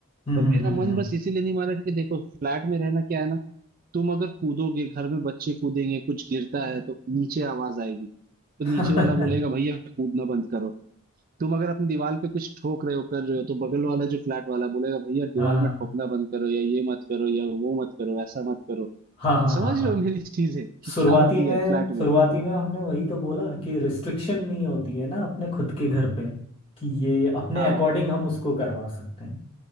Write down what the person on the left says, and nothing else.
हम्म
हम्म
हम्म
हम्म।
<laughs>
हाँ हाँ
हाँ हाँ
हाँ
हाँ
शुरुआती
में
शुरुआती
में हमने वही तो बोला कि रिस्ट्रिक्शन नहीं होती है ना अपने खुद के घर पे कि ये अपने
अकॉर्डिंग हम उसको करवा सकते हैं